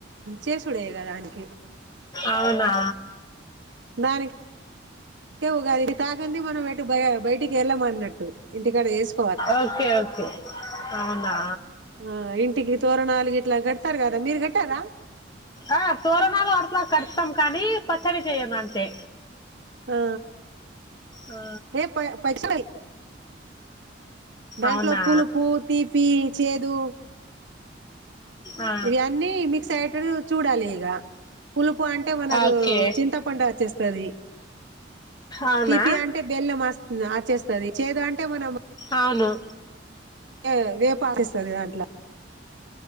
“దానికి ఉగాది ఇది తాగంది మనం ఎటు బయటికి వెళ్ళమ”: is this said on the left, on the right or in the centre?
Right